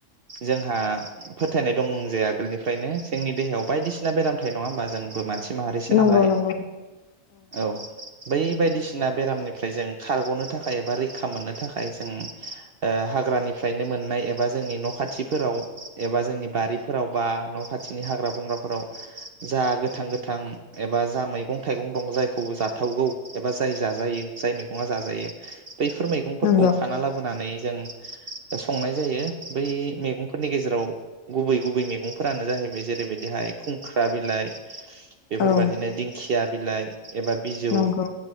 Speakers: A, on the right; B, on the left.
A: जोंहा फोथायनाय दं जे आगोलनिफ्रायनो जोंनि देहायाव बायदिसि ना बेराम। नङा होमबा जोंबो मानसि माहारिसो
B: नंगौ
A: नालाय।
B: नंगौ
A: औ बै बायदिसिना बेरामनिफ्राय जों खारग'नो थाखाय एबा रैखा मोननो थाखाय जों ओ हाग्रानिफ्रायनो मोननाय एबा जोंनि न' खाथिफोराव एबा जोंनि बारिफोराव बा न' खाथिनि हाग्रा बंग्राफोराव जा गोथां गोथां एबा जा मैगं थाइगं दं जायखौ जाथावगौ एबा जाय जाजायो जाय मैगंआ जाजायो। बैफोर मैगंफोरखौ
B: नंगौ
A: खाना लाबोनानै। जों संनाय जायो बै मेगंफोरनि गेजेराव गुबै गुबै मेगंफोरानो जाहैबाय जेरैबायदिहाय खुंख्रा बिलाइ। बेफोरबादिनो
B: औ
A: दिंखिया। बिलाइ। एबा बिजौ
B: नंगौ